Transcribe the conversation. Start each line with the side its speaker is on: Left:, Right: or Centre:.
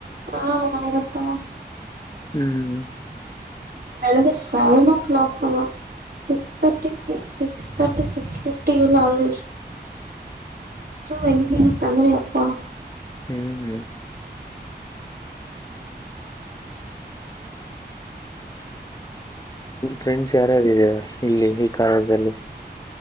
Right: ಹಾ ಮಳೆ ಬಂತು
Left: ಹ್ಮ್
Right: ಬೆಳಗ್ಗೆ ಸೆವೆನ್ ಓ ಕ್ಲಾಕ್ ಅಲ್ಲ six thirty six thirty six fifty ಇಲ್ಲ ಆಗಜಿಸ ಹೆಂಗ ತಂದ್ರಿ ಅಪ್ಪ
Left: ಹ್ಮ್ ಹ್ಮ ಫ್ರೆಂಡ್ಸ್ ಯಾರಾರು ಇದರಾ ಇಲ್ಲಿ ಈ ಕಾರಣದಲ್ಲಿ